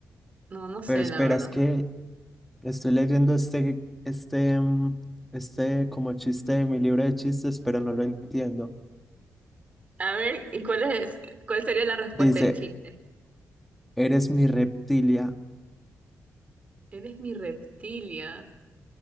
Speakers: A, on the right; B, in the centre.
A: No, no sé,
B: Pero esperas
A: la verdad.
B: que estoy leyendo este, este, mm, este como chiste de mi libro de chistes, pero no lo entiendo.
A: A ver, ¿y cuál es, cuál sería la respuesta
B: Dice,
A: del chiste?
B: Eres mi reptilia.
A: Eres mi reptilia.